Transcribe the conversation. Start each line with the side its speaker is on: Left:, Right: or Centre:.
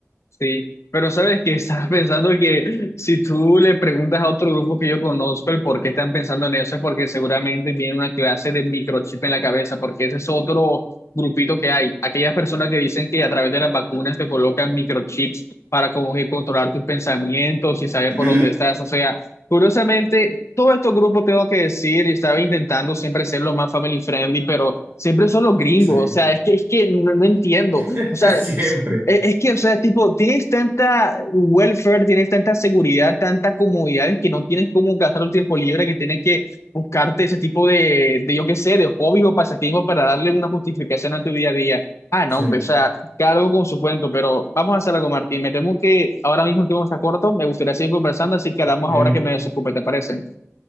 Left: Sí, pero sabes que estaba <laughs> pensando que si tú le preguntas a otro grupo que yo conozco el por qué están pensando en eso, es porque seguramente tienen una clase de microchip en la cabeza, porque ese es otro grupito que hay. Aquellas personas que dicen que a través de las vacunas te colocan microchips para como que controlar tus pensamientos y saber
Right: <laughs>
Left: por dónde estás. O sea, curiosamente, todos estos grupos tengo que decir, y estaba intentando siempre ser lo más family friendly, pero siempre son los gringos.
Right: Sí,
Left: O sea, es que, es que no no entiendo.
Right: <laughs>
Left: O sea,
Right: siempre.
Left: e- Es que, o sea, tipo, tienes tanta welfare, tienes tanta seguridad, tanta comodidad que no tienes cómo gastar un tiempo libre, que tienes que buscarte ese tipo de, de yo qué sé, de hobby o pasatiempo para darle una justificación a tu día a día. Ah, no,
Right: Sí.
Left: hombre, o sea, cada algo con su cuento, pero vamos a hacer algo, Martín. Me temo que ahora mismo el tiempo está corto, me gustaría seguir conversando, así que hablamos
Right: Ok.
Left: ahora que me desocupe, ¿te parece?